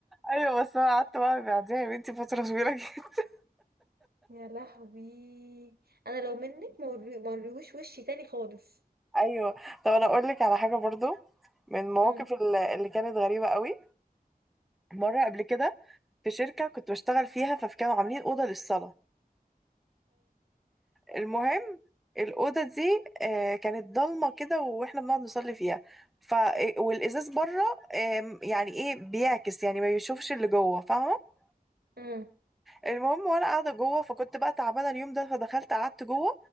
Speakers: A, in the centre; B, on the right.
A: ايوه بس انا قعدت بقى بعديها يا بنتي فترة طويلة جدا
B: يا لهوي انا لو منك ما وري- ما وريهوش وشي تاني خالص
A: ايوه طب انا اقول لك على حاجة برضو من المواقف
B: امم
A: اللي اللي كانت غريبة قوي مرة قبل كده في شركة كنت بشتغل فيها فكانوا عاملين أوضة للصلاة المهم الأوضة دي آه، كانت ضلمة كده وإحنا بنقعد نصلي فيها ف آه، والإزاز بره آم، يعني إيه بيعكس يعني ما بيشوفش اللي جوه فاهمة
B: اه
A: المهم وأنا قاعدة جوه فكنت بقى تعبانة اليوم ده فدخلت قعدت جوه